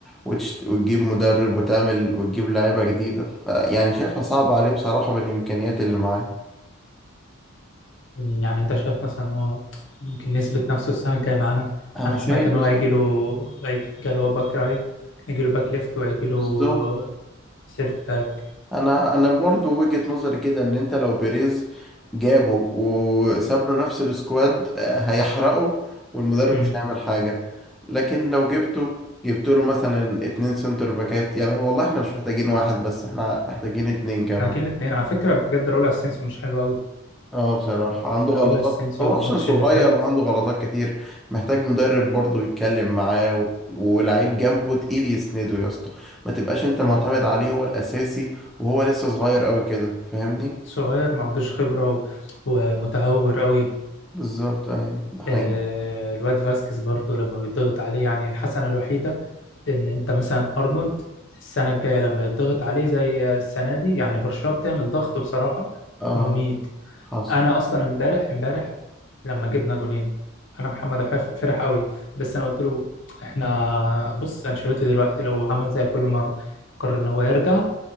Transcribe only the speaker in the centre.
وتشت... وتجيب مدرب وتعمل وتجيب لعيبه جديده ف- يعني شايفها صعبه عليه بصراحه بالامكانيات اللي معاه
انا
شايف
بصراحه
بالظبط
انا انا برضو وجهة نظري كده ان انت لو بيريز جابه وساب له نفس السكواد آه، هيحرقه والمدرب
مش هيعمل حاجة لكن لو جبته جبت له مثلا اتنين سنتر باكات يعني والله احنا مش محتاجين واحد بس احنا محتاجين اتنين كمان
اه بصراحة عنده
غلطات
هو
عشان صغير
وعنده غلطات كتير محتاج مدرب برضه يتكلم معاه و... ولاعيب جنبه تقيل يسنده يا اسطى ما تبقاش انت معتمد
عليه هو الأساسي وهو لسه صغير قوي كده فاهمني
بالظبط أيوة ده حقيقي
اه
حصل